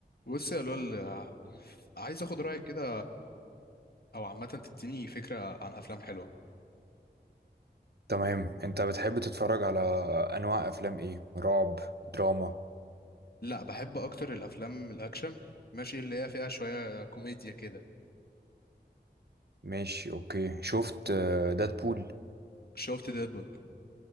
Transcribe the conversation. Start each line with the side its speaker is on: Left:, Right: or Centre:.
Left: بص يا لول عايز اخد رايك كده او عامه تديني فكره عن افلام حلوه
Right: تمام انت بتحب تتفرج على انواع افلام ايه رعب دراما
Left: لا بحب اكتر الافلام الاكشن ماشي اللي هي فيها شويه كوميديا كده
Right: ماشي اوكي شفت دادبول
Left: شفت ديدبول